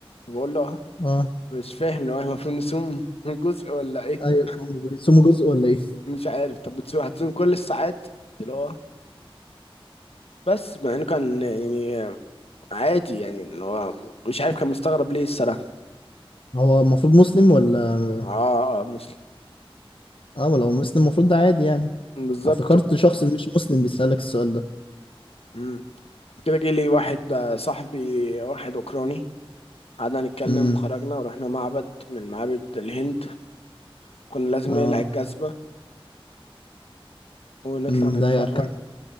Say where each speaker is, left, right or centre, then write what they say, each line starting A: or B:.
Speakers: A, on the left; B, on the left.
A: فبقول له اه
B: اه
A: مش فاهم لو احنا المفروض نصوم <laughs> جزء ولا ايه
B: ايوه هم بيقسموا جزء ولا ايه
A: مش عارف طب بتصوم هتصوم كل الساعات قلت له اه بس مع انه كان يعني عادي يعني ان هو مش عارف كان مستغرب ليه الصراحه
B: هو المفروض مسلم ولا
A: اه اه مسلم
B: اه ولا هو مسلم المفروض ده عادي يعني
A: بالظبط
B: افتكرت شخص مش مسلم بيسألك السؤال ده
A: مم. كده جه لي واحد آه، صاحبي واحد اوكراني قعدنا نتكلم
B: امم
A: وخرجنا ورحنا معبد من معابد الهند كنا لازم
B: اه
A: نقلع الجزمة ونطلع
B: أمم،
A: نتفرج
B: ده كان